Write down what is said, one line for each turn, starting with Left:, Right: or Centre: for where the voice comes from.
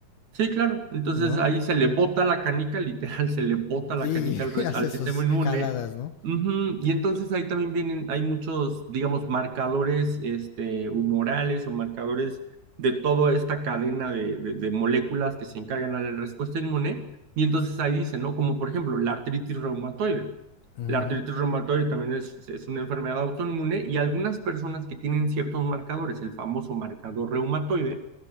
Right: Sí, claro. Entonces
Left: ¿no?
Right: ahí se le bota la canica, literal, <laughs> se le bota la
Left: Y
Right: canica
Left: <laughs>
Right: al, res-
Left: hace
Right: al sistema
Left: sus
Right: inmune.
Left: jaladas, ¿no?
Right: Ujú, Y entonces ahí también vienen, hay muchos, digamos, marcadores este, humorales o marcadores de toda esta cadena de, de- de moléculas que se encargan a la respuesta inmune. Y entonces ahí dicen, ¿no? Como por ejemplo la artritis reumatoide.
Left: Ujú,
Right: La artritis reumatoide también es, es una enfermedad autoinmune y algunas personas que tienen ciertos marcadores, el famoso marcador reumatoide,